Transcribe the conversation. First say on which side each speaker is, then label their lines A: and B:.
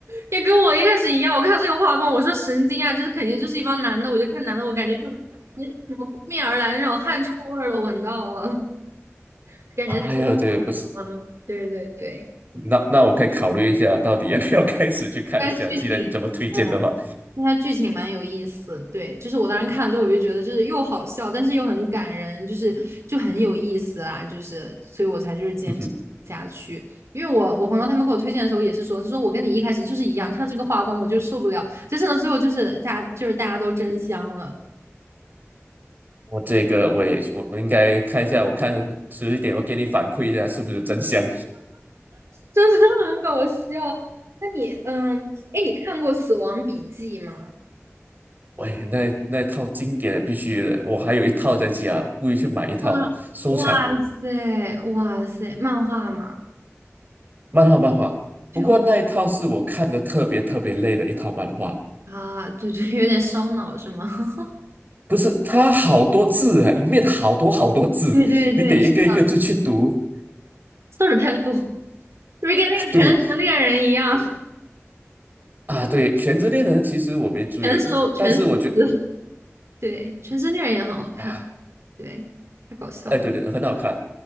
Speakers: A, on the right; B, on the right.
A: 也跟我一开始一样，我看到这个画风，我说神经啊，这是肯定就是一帮男的，我就看男的，我感觉就感觉什么扑面而来那种汗臭味儿都闻到了，<laughs> 感觉太恶心了。
B: 哎呀，这个不是。
A: 对对对，
B: 那那我可以考虑一下，到底要不要开始去看一下。
A: 但是剧情，
B: 既然你这么推荐的话，
A: 呃，但它剧情蛮有意思。对，就是我当时看了之后，我就觉得就是又好笑，但是又很感人，就是就很有意思啦，就是所以我才就是坚持下去。
B: 嗯哼，
A: 因为我我朋友他们给我推荐的时候也是说，他说我跟你一开始就是一样，看到这个画风我就受不了，但是呢最后就是大家就是大家都真香了。
B: 我这个我也我我应该看一下，我看迟一点我给你反馈一下是不是真香。
A: 真的很搞笑。那你，嗯，哎，你看过《死亡笔记》吗？
B: 喂，那那套经典的必须的，我还有一套在家，故意去买一套收藏
A: 哇哇塞哇塞，漫画吗？
B: 漫画漫画。
A: 对我
B: 不过那一套是我看的特别特别累的一套漫画，
A: 啊，对对，有点烧脑是吗？<laughs>
B: 不是它好多字啊，里面好多好多字，
A: 对对对，
B: 你得一个一个字去读。
A: 是的，字儿太多，不是跟那个《全职猎人》一样，
B: <laughs> 对啊，对《全职猎人》其实我没追，
A: 全是全
B: 但是我觉
A: <laughs> 是词对，《全职猎人》也很好看，
B: 啊，
A: 对，太搞笑了。
B: 哎，对对，很好看。